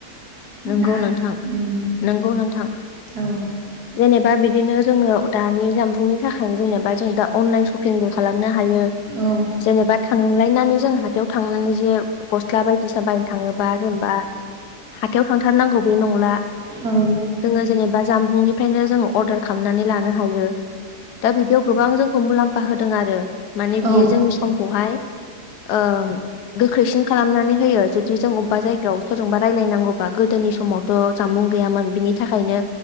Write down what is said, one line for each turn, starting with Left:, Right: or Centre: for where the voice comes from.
Left: नंगौ
Right: ना
Left: नोंथां
Right: उम
Left: नंगौ नोंथां
Right: औ
Left: जेनेबा बिदिनो जोंङो दानि जामबुंनि थाखायनो जेनेबा जों दा अनलाइन सपिंबो खालाम -नो हायो
Right: औ
Left: जेनेबा थांलायनानै जों -थायाव थांनानै जे गस्ला बायदिसिना बायनो थाङोबा जेनेबा हाथायाव थांथारनांगौ बे नंला
Right: औ
Left: जोंङो जेनबा जामबुं -बुंनिफ्रायनो जोङो अरदार खालामनानै लानो हायो दा बिदियाव जोंखौ मुलामफा हाबा होदों आरो माने
Right: औ
Left: बियो जोंनि समखौहाय ओ गोख्रैसिन खालामनानै होयो जुदि जों अबेबा जायगायाव सोरजोंबा रायलायनांगौ अबा गोदोनि समावथ' जामुं गैयामोन बिनि थाखायनो